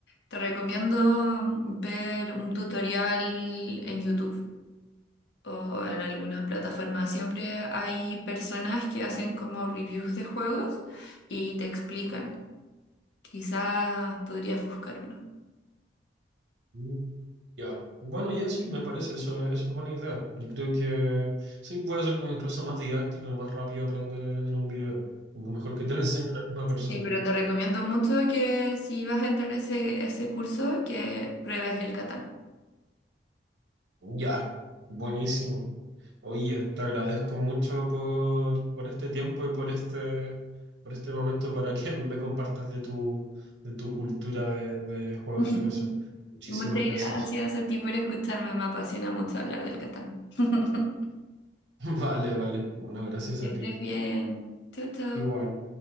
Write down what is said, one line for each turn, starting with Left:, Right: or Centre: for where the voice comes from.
Left: Te recomiendo ver un tutorial en YouTube o en alguna plataforma. Siempre hay personas que hacen como reviews de juegos y te explican. Quizás podrías buscar uno.
Right: Mm. Ya. Bueno, ya sí, me parece, eso, eso es buena idea. Yo creo que sí puede ser como incluso más didáctico y más rápido aprender en, en un video. Como mejor que te lo enseñe una misma persona.
Left: Sí, pero te recomiendo mucho que si vas a entrar a ese, ese curso, que pruebes el Catán.
Right: Ya, buenísimo. Oye, te agradezco mucho por, por este tiempo y por este, por este momento para que <laughs> me compartas de tu, de tu cultura de de juegos
Left: <laughs>
Right: de mesa. Muchísimas
Left: Muchas
Right: gracias.
Left: gracias a ti por escucharme, me apasiona mucho hablar del Catán. <laughs>
Right: <laughs> Vale, vale. Bueno, gracias
Left: Que
Right: a
Left: estés
Right: ti.
Left: bien. Chau, chau.
Right: Igual.